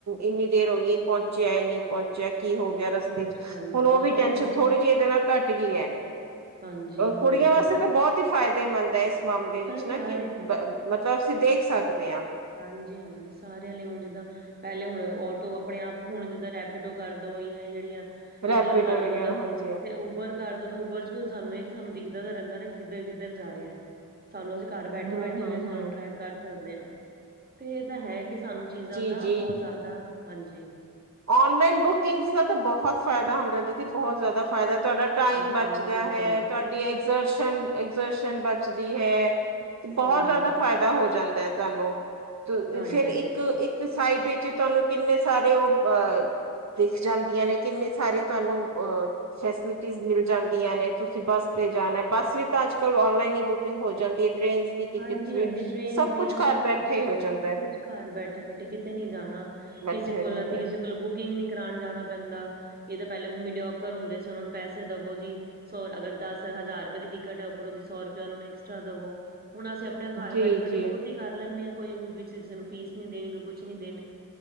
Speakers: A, on the right; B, on the right.
A: ਇੰਨੀ ਦੇਰ ਹੋ ਗਈ, ਪਹੁੰਚਿਆ ਨਹੀਂ ਪਹੁੰਚਿਆ ਕੀ ਹੋ ਗਿਆ। ਰਸਤੇ
B: ਹਾਂਜੀ
A: ਚ
B: ਹਾਂਜੀ
A: ਹੁਣ ਉਹ
B: ਹਾਂ
A: ਵੀ ਟੈਨਸ਼ਨ
B: ਉਹ
A: ਥੋੜੀ ਜਿਹੀ ਇਹਦੇ ਨਾਲ ਘੱਟ ਗਈ ਹੈ।
B: ਹਾਂਜੀ ਹੁਣ
A: ਕੁੜੀਆਂ
B: ਜਿੱਦਾਂ
A: ਵਾਸਤੇ ਤਾਂ ਬਹੁਤ ਹੀ ਫਾਇਦੇਮੰਦ ਹੈ। ਇਸ ਮਾਮਲੇ ਵਿੱਚ
B: ਸਰ
A: ਨਾ
B: ਸਾਰੇ
A: ਕਿ ਮਤਲਬ ਅਸੀਂ ਦੇਖ ਸਕਦੇ ਹਾਂ।
B: ਹਾਂਜੀ ਹਾਂਜੀ ਸਾਰਿਆਂ ਲਈ ਹੁਣ ਜਿੱਦਾਂ ਪਹਿਲੇ ਹੁਣ ਔਟੋ ਆਪਣੇ ਆਪ ਹੁਣ ਜਿੱਦਾਂ ਰੈਪੀਡੋ ਕਰ ਦੋ ਜਾਂ ਇਹ ਜਿਹੜੀਆਂ
A: ਰੈਪੀਡੋ
B: ਉਬਰ ਕਰ ਦੋ
A: ਵਗੈਰਾ
B: ਤਾਂ
A: ਹਾਂਜੀ
B: ਤੇ ਉਬਰ ਕਰ ਉਬਰ ਚ ਵੀ ਸਾਨੂੰ ਇਹ ਹੈ, ਕਿ ਸਾਨੂੰ ਦਿਖਦਾ ਤਾਂ ਰਹਿੰਦਾ ਨਾ ਕਿੱਧਰ- ਕਿੱਧਰ ਜਾਂ ਰਿਹਾ। ਸਾਨੂੰ ਅਸੀਂ ਘਰ ਬੈਠੇ,
A: ਹੂੰ
B: - ਬੈਠੇ
A: ਹੂੰ
B: ਵੀ ਅਸੀਂ
A: ਹੂੰ
B: ਉਹ ਨੂੰ ਟਰੈਕ ਕਰ ਸਕਦੇ ਆ ਤੇ ਇਹ ਤਾਂ ਹੈ ਕਿ ਸਾਨੂੰ ਚੀਜ਼ਾਂ
A: ਜੀ
B: ਦਾ
A: ਜੀ
B: ਬੋਹਤ ਜ਼ਾਦਾ ਹਾਂਜੀ
A: ਔਨਲਾਈਨ ਬੁਕਿੰਗ ਦਾ ਤਾਂ ਬੋਹਤ ਫਾਇਦਾ ਹੁੰਦਾ ਦੀਦੀ ਬਹੁਤ ਜ਼ਾਦਾ ਫਾਇਦਾ ਤੁਆਡਾ ਟਾਈਮ
B: ਡਿਸਕਾਊਂਟ
A: ਬਚਦਾ
B: ਕੂਪਨ,
A: ਹੈ, ਤੁਹਾਡੇ ਐਗਰ ਐਗਜ਼ਰਸ਼ਨ ਬਚਦੀ ਹੈ ਤੇ ਬੋਹਤ
B: ਹਾਂਜੀ,
A: ਜ਼ਾਦਾ ਫਾਇਦਾ ਹੋ ਜਾਂਦਾ ਐ ਤੁਹਾਨੂੰ,
B: ਹਾਂਜੀ।
A: ਫੇਰ ਇੱਕ- ਇੱਕ ਤੇ ਸਾਈਟ ਵਿੱਚ ਤਾਨੂੰ ਕਿੰਨੇ ਸਾਰੇ ਉਹ ਦਿਖ ਜਾਂਦੀਆਂ ਨੇ, ਕਿੰਨੀ ਸਾਰੀ ਤਾਨੂੰ ਅਹ ਫੈਸਿਲਿਟੀ ਮਿਲ ਜਾਂਦੀਆਂ ਨੇ, ਤੁਸੀਂ ਬੱਸ ਤੇ ਜਾਣਾ ਬੱਸ ਵੀ ਤਾਂ ਅੱਜ ਕਲ ਅੋਨਲਾਈਨ ਈ ਬੁਕ ਕਿੰਗ ਹੋ ਜਾਂਦੀ ਏ ਟ੍ਰੇਨ ਦੀ ਟਿਕਟ
B: ਹਾਂਜੀ-ਹਾਂਜੀ
A: ਵੀ
B: ਟ੍ਰੇਨਸ
A: ਸਭ
B: ਦੀ
A: ਕੁੱਛ ਕੱਰ
B: ਕੁਛ,
A: ਬੈਠੇ
B: ਸਭ
A: ਹੋ ਜਾਂਦਾ ਐ।
B: ਕੁਛ ਘਰ ਬੈਠੇ-ਬੈਠੇ ਕਿਤੇ ਨੀ ਜਾਣਾ।
A: ਮਛਰ
B: ਕਿਸੇ ਕੋਲ
A: ਜਾਂਦਾ
B: ਅਸੀਂ
A: ਐ।
B: ਕਿਸੇ ਬੁਕਿੰਗ ਨੀ ਕਰਾਉਣ ਜਾਣਾ ਪੈਂਦਾ ਇਹ ਤਾਂ ਪਹਿਲੇ ਮੀਡੀਓਕਰ ਹੁੰਦੇ ਸੀ ਉਹਨਾ ਨੂੰ ਪੈਸੇ ਦਵੋ ਜੀ। ਸੌ ਅਗਰ ਦਸ ਹਜ਼ਾਰ ਰੁਪਏ ਦੀ ਟਿਕਟ ਏ ਉਪਰੋਂ ਦੀ ਸੌ ਰੁਪਏ ਉਹਨਾ ਨੂੰ ਐਕਸਟਰਾ ਦਵੋ। ਹੁਣ ਅਸੀਂ ਆਪਣੇ ਕਰੱ
A: ਜੀ
B: ਬੈਠੇ- ਬੈਠੇ
A: ਜੀ
B: ਖੁਦ ਈ ਕਰ ਲੈਂਨੇ ਆ ਕੋਈ ਉਹ ਵਿੱਚ ਕਿਸੇ ਨੂੰ ਫੀਸ ਨੀ ਦੇਣੀ ਕੋਈ ਕੁਛ ਨੀ ਦੇਣੇ।